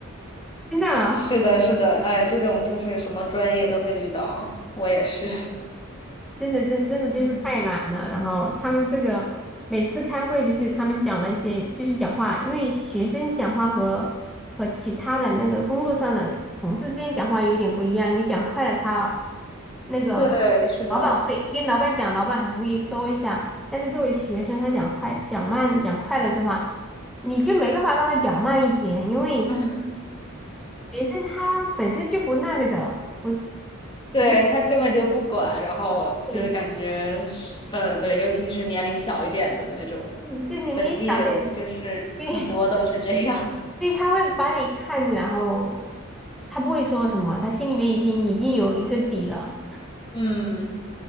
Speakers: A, in the centre; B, on the left (about 25°).
A: 真的啊。
B: 是的，是的，哎，这种就是什么专业都会遇到，我也是。
A: 真的真真的就是太懒了。
B: <laughs>
A: 然后他们这个每次开会就是他们讲的一些就是讲话，因为学生讲话和和其他的那个工作上的同事之间讲话有点不一样。你讲快了他，那个老板会，
B: 对，是的，
A: 你跟老板讲，老板还会说一下。但是作为学生，他讲快讲慢讲快了的话，你就没办法让他讲慢一点，因为
B: <laughs>
A: 学生他本身就不那个的，不是，
B: 对，
A: 如
B: 他根本就不管，然后就是感觉是呃，
A: 果你
B: 对，尤其是年龄小一点的那种
A: 嗯就你你早点。
B: 本地人，就是很多都是这样。
A: <laughs> 对所以他会把你看着，然后他不会说什么，他心里面已经已经有一个底了。
B: <laughs> 嗯，